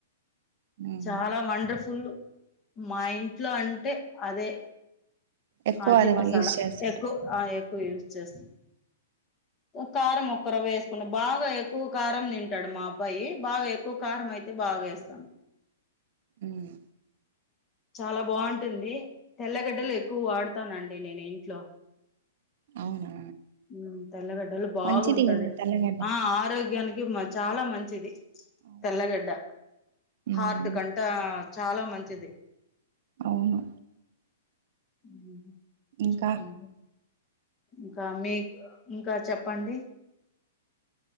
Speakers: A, on the right; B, on the left.
A: ఉమ్
B: చాలా వండర్ఫుల్ మా ఇంట్లో అంటే అదే
A: ఎక్కువ
B: ఆచి
A: అది
B: మసాలా
A: యూస్ చేస్తారు
B: ఎక్కువ
A: ఉమ్
B: ఆ ఎక్కువ యూస్ చేస్తుంది ఓ కారం ఒక్కరవ్వ వేసుకున్నా బాగా ఎక్కువ కారం తింటాడు మా అబ్బాయి బాగా ఎక్కువ కారం అయితే బా ఆ వేస్తా
A: ఉహ్
B: చాలా బాగుంటుంది తెల్లగడ్డలు ఎక్కువ వాడతానండి నేను ఇంట్లో
A: అవునా
B: ఉ తెల్లగడ్డలు బాగుంటది
A: మంచిది కదా తెల్లగడ్డ
B: ఆ ఆరోగ్యానికి మ చాలా మంచిది
A: అవును.
B: తెల్లగడ్డ
A: ఉమ్
B: హార్ట్ కంటా చాలా మంచిది
A: అవును
B: ఉహు
A: ఇంకా
B: చెప్పండి ఇంకా మీ ఇంక చెప్పండి